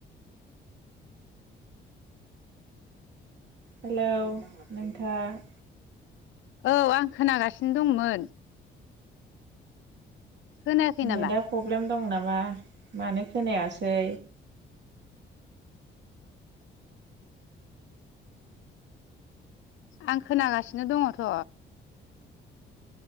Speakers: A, on the right; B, on the left.
A: हेलौ नोंथां?
B: औ आं खोनागासिनो दंमोन। खोनायाखै
A: नेटआ
B: नामा
A: प्रब्लेम दं नामा, मानो खोनायासै?
B: आं खोनागासिनो दङथ'।